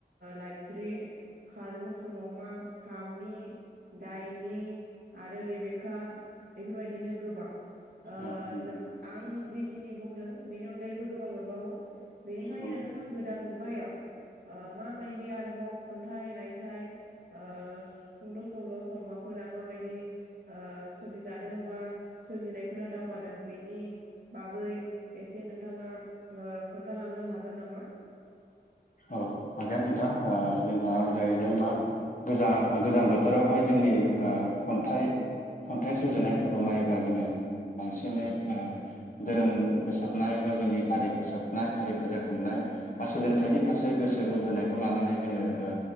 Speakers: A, on the right; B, on the left.
A: लाइस्रि खारलुं सल'मा थामि दाइनि आरो रेबेखाा बेफोरबायदिनो गोबां। ओ
B: औ नंगौ
A: आं जिखिनि बुंदों बेनि अनगायैबो गोबां मोनबावो। बेनिखायनो
B: नंगौ
A: नोंथाङा गोदान मुगायाव ओ माबायदि आरोबाव खन्थाइ रायथाइ ओ सुंद' सल' सल'माफोरा माबायदि ओ सोरजिजादों बा सोरजिनायफोरा दावगादों बेनि बागै एसे नोंथाङा खोन्थालांनो हागोन नामा?
B: औ हागोन नोंथां जोंहा जाहैबाय मा? गोजां गोजां बोथोरावहाय जोंनि खन्थाइ खन्थाइ सुजुनायफोरखौ नायोब्ला जोङो बांसिनै धोरोम फोसाबनाय बा जोंनि हारि फोसाबनाय हारि फोजाखांनाय बा सोलोंथाइनि फारसे गोसो बोहोनायखौ लानानै जोङो ओ